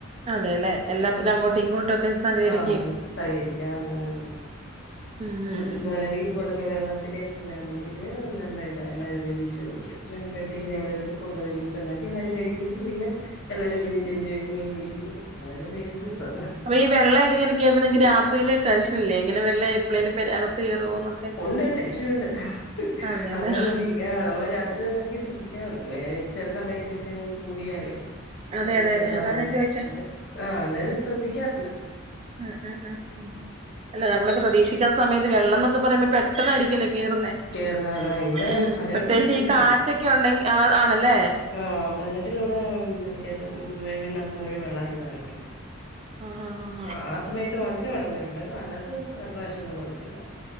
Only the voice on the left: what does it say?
ആഹ്
ആഹ് സഹകരിക്കാം അങ്ങനെയുള്ളത്
ഇതുപോലെ ഇതുപോലെ- ഈ വെള്ളത്തിലെ ഒക്കെ സമയയാവുമ്പോഴത്തേക്കിന് നല്ല ഇതാ എല്ലാരും ഒരുമിച്ച് നിൽക്കും അപ്പൊഴിത്തേക്കിന് എവിടെലും ഒക്കെ - ഫുഡ് ഒരുമിച്ചുണ്ടാക്കി എല്ലാവരും കഴിക്കുന്നു പിന്നെ എല്ലാരും ഒരുമിച്ച് എഞ്ചോയ് ചെയ്തു മീൻ പിടിക്കുന്നു അതൊക്കെ ഒരു- വലിയ രസമാണ്
ഒണ്ട് ടെൻഷൻനുണ്ട്
അങ്ങനെ നോക്കിയിരിക്കാതെ നമ്മള് രാ- ചക്ക <unintelligible> ക്ക് ശ്രദ്ധിക്കാള്ളൂ ചെല സമയത്തൊക്കെ അങ്ങ് കൂടിയാലേ
നമുക്ക്
ആഹ്
ആഹ് അന്നേരം ശ്രദ്ധിക്കാറുണ്ട്
കേറുന്ന ഇവിടെ
പതിനെട്ടില്
കേറിയിട്ടുണ്ട്
ആഹ് പതിനെട്ടിലിവിടെ പെരക്കാത്തും വീടിനകത്ത് മുഴുവൻ വെള്ളമായി എന്ന് പറഞ്ഞിട്ടുണ്ട്
ആഹ് ആ സമയത്ത് മാത്രമേ വെള്ളം കേറീട്ടുള്ളു അല്ലാത്ത പ്രാവശ്യമൊന്നും കൊഴപ്പവില്ല